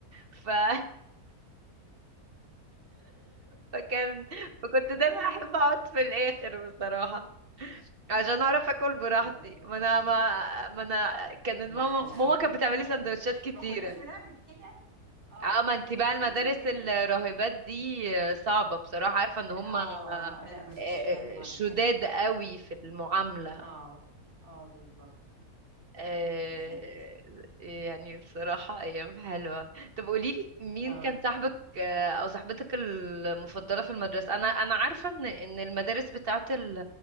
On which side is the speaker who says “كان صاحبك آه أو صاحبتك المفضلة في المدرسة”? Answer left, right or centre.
Right